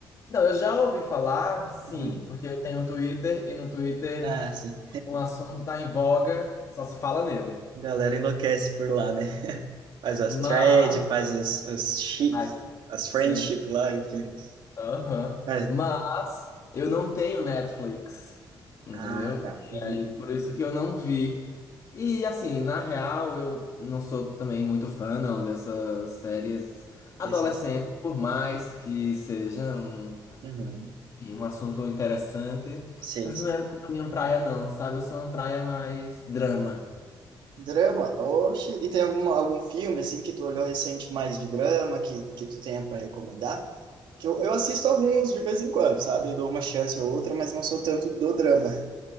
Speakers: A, on the left (about 40°); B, on the right (about 85°).
A: Não, eu já ouvi falar, sim,
B: Uhum.
A: porque eu tenho um Twitter e no Twitter
B: Ah, sim.
A: um assunto tá em voga, só se fala nele.
B: A Galera enlouquece por lá, né? <laughs> Faz as
A: Mas,
B: threads, faz as, as, chi-
A: ai,
B: as friendship
A: sim,
B: lá, enfim.
A: aham.
B: Ah,
A: Mas eu não tenho Netflix, entendeu?
B: ah, tá.
A: E
B: Uhum.
A: aí, por isso que eu não vi. E assim, na real, eu não sou também muito fã não dessas séries adolescentes,
B: Preciso.
A: por mais que seja um,
B: Uhum.
A: enfim, um assunto interessante,
B: Sim,
A: mas
B: sim.
A: não é muito a minha praia não, sabe? Eu sou uma praia mais drama.
B: Drama? Oxe, e tem algum, algum filme, assim, que tu olhou recente mais de drama, que, que tu tenha para recomendar? Que eu, eu assisto alguns de vez em quando, sabe? Eu dou uma chance ou outra, mas não sou tanto do drama.